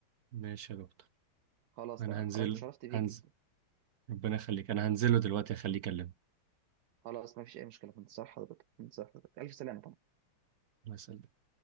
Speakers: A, on the right; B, on the right.
A: ماشي يا دكتور
B: خلاص
A: أنا
B: تمام
A: هنزل
B: حضرتك اتشرفت بيك
A: هنزل
B: جدا
A: ربنا يخليك أنا هنزله دلوقتي أخليه يكلمك
B: خلاص مفيش اي مشكله في انتظار حضرتك في انتظار حضرتك الف سلامه
A: الله يسلمك